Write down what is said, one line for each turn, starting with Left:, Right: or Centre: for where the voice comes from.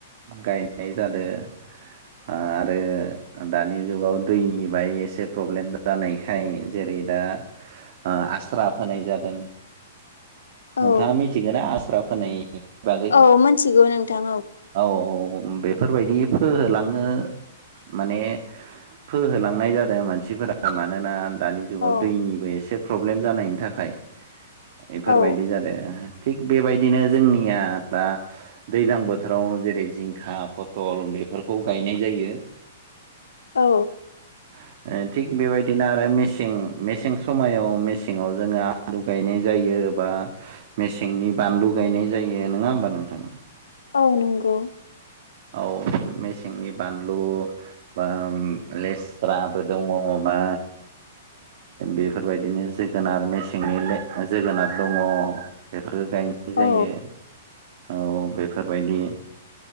Right: गायनाय जादों आरो दानि जुगाव दैनि बाय एसे प्रब्लेम जानायखाय जेरै दा आस्रा फोनाय जादों नोंथाङा
Left: औ
Right: मिथिगोना आस्रा फोनाय फोनायनि बागै
Left: औ मोनथिगौ नोंथां
Right: औ औ औ ओम बेफोरबायदि फोहोलाङो माने फोहोलांनाय जादों मानसिफोरा मानोना दानि जुगाव
Left: औ
Right: दैनिबो एसे प्रब्लेम जानायनि थाखाय एफोरबायदि
Left: औ
Right: जादों थिग बेबायदिनो जोंनिया दा दैज्लां बोथोराव जेरै जिंखा फथल बे बेफोरखौ गायनाय जायो।
Left: औ
Right: <inaudible> थिग बेबायदिनो आरो मेसें मेसें समायाव मेसेङाव जोङो आलु गायनाय जायो बा मेसेंनि बानलु गायनाय जायो नङा होनबा नोंथां।
Left: औ नंगौ।
Right: औ मेसेंनि बानलु बा लेस्राबो दङ। बा बेफोरबायदिनो जोगोनार मेसेंनि जोगोनार दङ। बेफोरखौ गायनाय
Left: औ
Right: जायो औ बेफोरबायदि